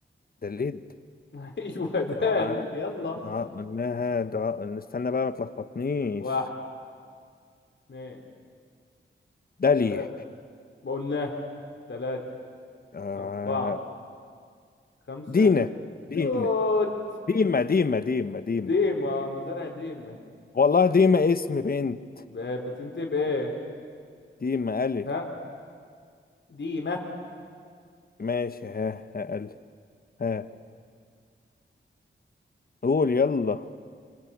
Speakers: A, on the left (about 45°); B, on the left (about 65°).
A: دليد
B: <laughs> ايوه دال
A: دعاء
B: يلا
A: دعاء قلناها دعاء استنى بقى ما تلخبطنيش
B: واحد اثنين
A: دلي
B: ثلاثة ما قلناه ثلاثة
A: آه،
B: أربعة خمسة
A: دينا دينا
B: توت
A: ديما ديما ديما ديما
B: ديما مزارع ديما
A: والله ديما اسم بنت
B: ب- بتنتهي بإيه؟
A: ديما ألف
B: ها ديما
A: ماشي ها ها ألف ها قول يلا